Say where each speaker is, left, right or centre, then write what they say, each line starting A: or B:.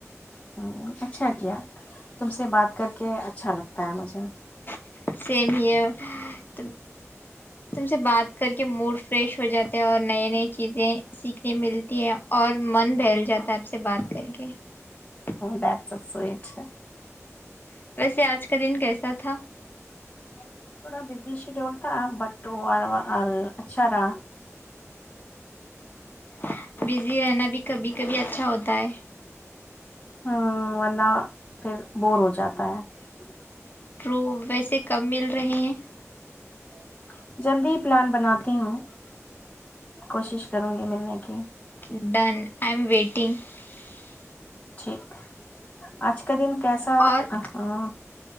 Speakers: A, on the left; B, on the left.
A: <inaudible>
B: <inaudible> <inaudible> <inaudible>
A: دیٹس <inaudible>
B: <inaudible>
A: <inaudible>
B: <inaudible>
A: <inaudible>
B: <inaudible>
A: <inaudible> <inaudible>
B: <inaudible>
A: ٹھیک آج کا دن کیسا
B: اور
A: ہ